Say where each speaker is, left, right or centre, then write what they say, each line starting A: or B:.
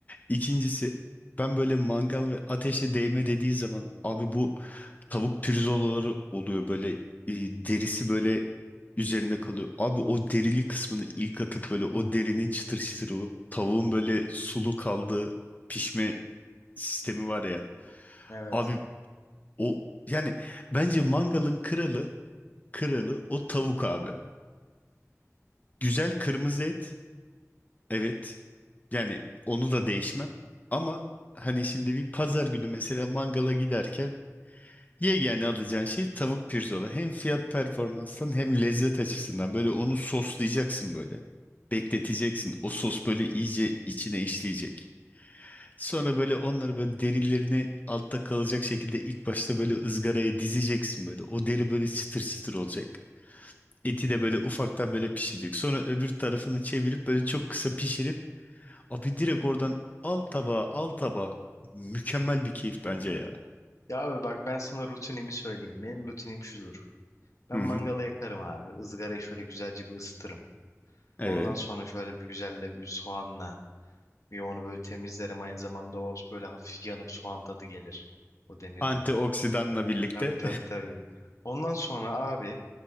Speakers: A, on the left; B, on the left.
A: İkincisi ben böyle mangal ve ateşe değme dediği zaman abi bu tavuk pirzolaları oluyor böyle e, derisi böyle üzerinde kalıyor. Abi o derili kısmını ilk atıp böyle o derinin çıtır çıtır olup tavuğun böyle sulu kaldığı pişme sistemi var ya.
B: Evet.
A: abi O yani bence mangalın kralı kralı o tavuk abi. Güzel kırmızı et. Evet. Yani onu da değişmem. Ama hani şimdi bir pazar günü mesela mangala giderken yegane alacağın şey tavuk pirzola. Hem fiyat performanstan hem lezzet açısından böyle onu soslayacaksın böyle. Bekleteceksin. O sos böyle iyice içine işleyecek. Sonra böyle onları böyle derilerini altta kalacak şekilde ilk başta böyle ızgaraya dizeceksin böyle. O deri böyle çıtır çıtır olacak. Eti de böyle ufaktan böyle pişirecek. Sonra öbür tarafını çevirip böyle çok kısa pişirip abi direkt oradan al tabağa al tabağa. Mükemmel bir keyif bence ya.
B: Ya abi bak ben sana rutinimi söyleyeyim. Benim rutinim şudur. Ben
A: Hı
B: mangalı
A: hı.
B: yakarım abi. Izgarayı şöyle güzelce bir ısıtırım.
A: Evet.
B: Ondan sonra şöyle bir güzelle bir soğanla bir onu böyle temizlerim. Aynı zamanda o böyle hafif yanıp soğan tadı gelir o demirden.
A: Antioksidanla birlikte.
B: Tabii tabii tabii. Ondan sonra abi